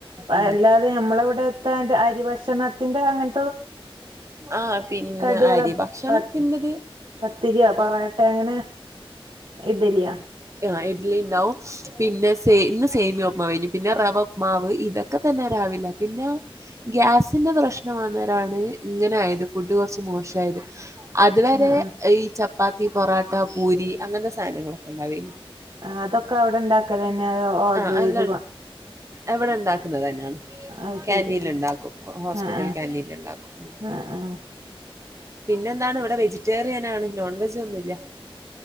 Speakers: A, on the right; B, on the right.
A: ഉം
B: അല്ലാതെ നമ്മളെ ഇവിടെത്ത അരി ഭക്ഷണത്തിന്റെ അങ്ങനെ
A: ആഹ് പിന്നെ
B: കടികള
A: അരി ഭക്ഷണംത്തിന്ന്
B: പ പത്തിരിയോ പൊറാട്ട അങ്ങനെ ഇഡലിയാ
A: ആഹ് ഇഡ്ലി ഉണ്ടാവും പിന്നെ സേ ഇന്ന് സേമിയ ഉപ്പുമാവ് കഴിഞ്ഞു പിന്നെ റവഉപ്പുമാവ് ഇതൊക്കെ തന്നെ രാവിലെ പിന്നെ ഗ്യാസിന്റെ പ്രശ് വന്നേരാണ് ഇങ്ങനെയായത് ഫുഡ് കുറച്ച് മോശയത് അതുവരെ
B: ആഹ് ആഹ്
A: ഈ ചപ്പാത്തി പൊറോട്ട പൂരി അങ്ങനത്തെ സാധനങ്ങളൊക്കെ ഉണ്ടാവു
B: ആഹ് അതൊക്കെ അവിടെ ഉണ്ടാക്കലന്നെ അതോ ഓർഡർ
A: ആഹ്
B: ചെയ്ത്
A: അല്ല
B: കൊ
A: എവിടെ ഉണ്ടാക്കുന്നത് തന്നെയാണ്
B: അത്
A: കാന്റീനിൽ
B: ശരി ആഹ്
A: ഉണ്ടാക്കും ഹോസ് കേന്റീനിൽ
B: ആഹ്
A: ഉണ്ടാക്കും
B: ആഹ് ആഹ്
A: പിന്നെ എന്താണ് ഇവിടെ വ വെജറ്റേറിയനാണ്ണ് നോൺ വെജ് ഒന്നുല്ല